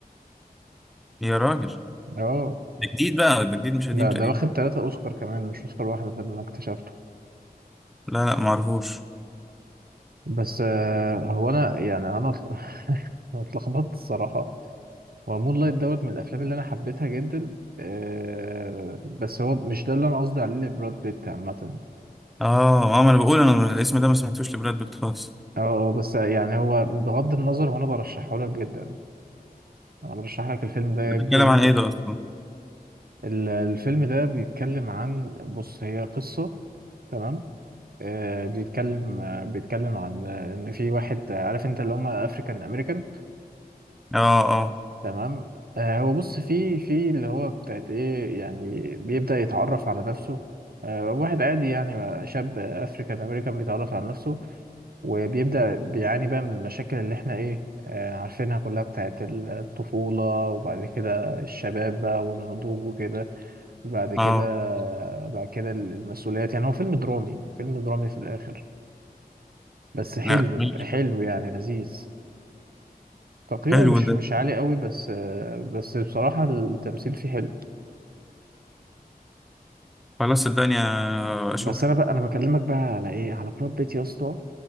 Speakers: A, in the centre; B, on the right.
A: يا راجل
B: اه
A: ده جديد بقى ده جديد مش قديم
B: لا
A: تقريبا
B: ده واخد ثلاثة اوسكار كمان مش اوسكار واحده ده اللي انا اكتشفته
A: لا لا ما اعرفوش
B: بس آه، هو انا يعني انا اتل- <laughs> أنا اتلخبطت الصراحه هو مون لايت دوت من الافلام اللي انا حبيتها جدا آه، بس هو مش ده اللي انا قصدي عليه لبراد بيت عامه
A: اه اه ما انا بقول انا الاسم ده ما سمعتوش لبراد بيت خالص
B: اه آه، بس يعني هو بغض النظر وانا برشحه لك جدا انا برشح لك الفيلم ده
A: ده
B: جدا
A: بيتكلم عن ايه ده اصلا
B: ال- الفيلم ده بيتكلم عن بص هي قصة تمام آه بيتكلم آه بيتكلم عن آه ان في واحد آه عارف انت اللي هم افريكان امريكان
A: اه اه
B: تمام آه هو بص في في اللي هو بتاعت ايه يعني بيبدأ يتعرف على نفسه آه واحد عادي يعني شاب افريكان امريكان بيتعرف على نفسه وبيبدأ بيعاني بقى من المشاكل اللي احنا ايه آه، عارفينها كلها بتاعت الطفولة وبعد كده الشباب بقى والنضوج وكده بعد
A: اه
B: كده بعد كده المسؤوليات يعني هو فيلم درامي فيلم درامي في الآخر بس حلو
A: لا ماشي.
B: حلو يعني لذيذ تقييمه
A: حلو
B: مش
A: ده
B: مش عالي قوي بس آه، بس بصراحة التمثيل فيه حلو
A: خلاص الدنيا اشوف
B: بس انا بقى انا بكلمك بقى على ايه على براد بيت يا اسطى